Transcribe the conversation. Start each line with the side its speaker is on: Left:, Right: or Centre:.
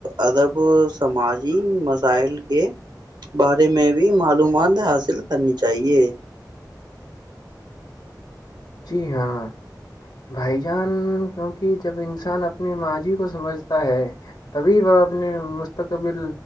Right: ادب سماجی مسائل کے بارے میں بھی معلومات حاصل کرنی چاہیے
Left: جی ہاں بھائی جان کیونکہ جب انسان اپنی ماضی کو سمجھتا ہے تبھی وہ اپنے مستقبل